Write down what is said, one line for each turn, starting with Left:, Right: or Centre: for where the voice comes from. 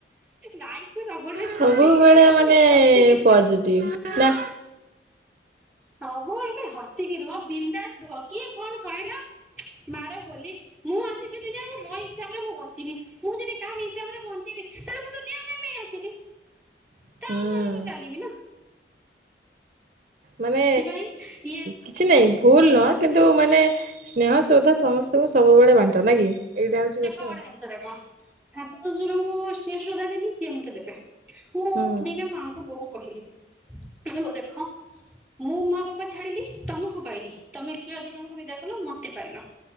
Centre: ଲାଇଫ୍ କୁ ସବୁବେଳେ ପାଇଁ
Right: ସବୁବେଳେ
Centre: ଖୋଲିକି ଝିଅ
Right: ମାନେ
Centre: ହସିକି ଝିଅ
Right: ପଜିଟିଭ ନା
Centre: ସବୁବେଳେ ପାଇଁ ହସିକି ରୁହ ବିନ୍ଦାସ ରୁହ କିଏ କଣ କହିଲା ମାର ଗୋଲି ମୁଁ ଆସିଛି ଦୁନିଆ କୁ ମୋ ହିସାବରେ ମୁଁ ବଞ୍ଚିବି। ମୁଁ ଯଦି କାହା ହିସାବରେ ବଞ୍ଚିବି ତାହେଲେ ମୁଁ ତ ଯିଓ ପାଇଁ ନେଇ ଆସିଲି।
Right: ହୁଁ
Centre: ତା ଅଣ୍ଡରେ ତ ଚାଲିବି ନା
Right: ମାନେ
Centre: ସେଇଥିପାଇଁ ଇଏ
Right: କିଛି ନାଇଁ ଭୁଲ ନୁହଁ କିନ୍ତୁ ମାନେ ସ୍ନେହ ଶ୍ରଦ୍ଧା ସମସ୍ତଙ୍କୁ ସବୁବେଳେ ବାଣ୍ଟ ନାଇ କି ଏଇଟା ହଉଛି
Centre: ଦେଖ
Right: କଥା
Centre: ଗୋଟେ
Right: ଆଉ
Centre: ଜିନିଷ ଦେଖ ଶାଶ ଶ୍ୱଶୁରଙ୍କୁ ସ୍ନେହ ଶ୍ରଦ୍ଧା ଦେବି ସିଏ ମତେ ଦେବେ ମୁଁ
Right: ହୁଁ
Centre: ଦିନେ ମାଆଙ୍କୁ ବୋଉ କହିଲି ଆରେ ବୋଉ ଦେଖ ମୁଁ ମା ବାପା ଛାଡିଲି ତମକୁ ପାଇଲି ତମେ ଝିଅ ଦି ଜଣଙ୍କୁ ବିଦା କଲ ମତେ ପାଇଲ।